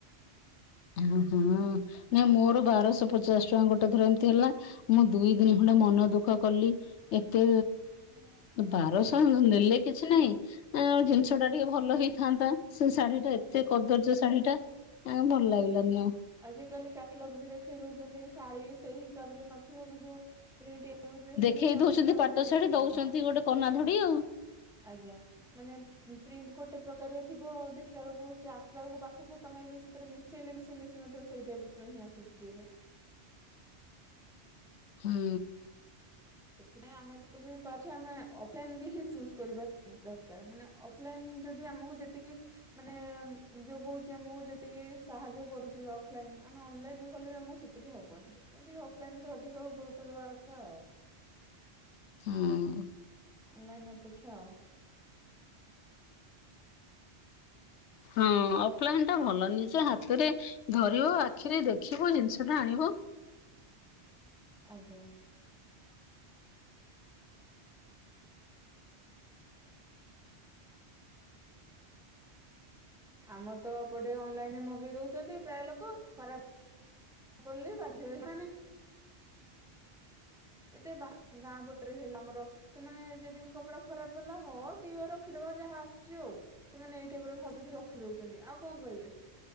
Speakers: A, on the left; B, in the centre.
A: ହଁ ହୁଁ ନାଇ ମୋର ବାରଶହ ପଚାଶ ଟଙ୍କା ଗୋଟେ ଥର ଏମିତି ହେଲା ମୁଁ ଦୁଇ ଦିନ ଖଣ୍ଡେ ମନ ଦୁଃଖ କଲି ଏତେ ବାରଶହ ନେଲେ କିଛି ନାହିଁ ଏଁ ଜିନିଷଟା ଟିକେ ଭଲ ହେଇଥାନ୍ତା ସେ ଶାଢୀଟା ଏତେ
B: ଆଜ୍ଞା।
A: କଦର୍ଯ୍ୟ ଶାଢୀ ଟା ଭଲ ଲାଗିଲାନି ଆଉ
B: ଆଜିକାଲି କ୍ୟାଟଲଗ ବି ଦେଖେଇ ଦଉଛନ୍ତି ଶାଢୀ ସେଇ ହିସାବରେ ନଥିବ କିନ୍ତୁ ପ୍ରିଣ୍ଟ କେମିତି ଦେଖିବୁ
A: ଦେଖେଇ
B: ଯେ ଆମେ
A: ଦଉଛନ୍ତି
B: ପୁରା
A: ପାଟ
B: ମାନେ
A: ଶାଢୀ ଦଉଛନ୍ତି
B: ହଁ
A: ଗୋଟେ କନା ଧଡି ଆଉ
B: ଆଜ୍ଞା ମାନେ ପ୍ରିଣ୍ଟ ଗୋଟେ ପ୍ରକାରେ ଥିବ ଦେଖିଲା ବେଳକୁ ସେ ଆସିଲା ବେଳକୁ ପାଖକୁ ତମେ ବି ମିଶେଇଲେ ବି ସେ ମିଶୁନଥିବ ସେଇ ଟାଇପରେ ହିଁ ଆସୁଛି ଏବେ
A: ହୁଁ
B: ସେଥିପାଇଁ ଆମେ ଏକ୍ଚୁଲି ଆମେ ଅଫଲାଇନ ହିଁ ଚୁଜ କରିବା ଦରକାର ମାନେ ଦେନ୍ ଯଦି ଆମକୁ ଯେତିକି ମାନେ ଯୋଗଉଛି ଆମକୁ ଯେତିକି ସାହାଯ୍ୟ କରୁଛି ଅଫଲାଇନ ଆମେ ଅନଲାଇନ କଲେ ଆମକୁ ସେ ଟିକେ ହବନି ଟିକେ ଅଫଲାଇନ କି ଅଧିକ ଗୁରୁତ୍ଵ ଦବା କଥା ଆଉ
A: ହୁଁ
B: ଅନଲାଇନ ଅପେକ୍ଷା ଆଉ
A: ହଁ ଅଫଲାଇନ ଟା ଭଲ ନିଜେ ହାତରେ ଧରିବ ଆଖିରେ ଦେଖିବ ଜିନିଷ ଟା ଆଣିବ
B: ଆଜ୍ଞା ଆମର ତ ଏପଟେ ଅନଲାଇନ ରେ ମଗେଇ ଦଉଛନ୍ତି ପ୍ରାୟ ଲୋକ ଖରାପ ପଡିଲେ ବି ବାଧ୍ୟ ହେ ମାନେ ଏତେ ବା ଗାଁ ପଟରେ ହେଲା ଆମର ସେମାନେ ଯଦି ବି କପଡା ଖରାପ ହେଲା ହଁ ଦିହ ରଖିଦବା ଯାହା ଆସିଛି ଆଉ ସେମାନେ ଏଇଟାଇପର ଭାବିକି ରଖି ଦଉଛନ୍ତି ଆଉ କଣ କରିବେ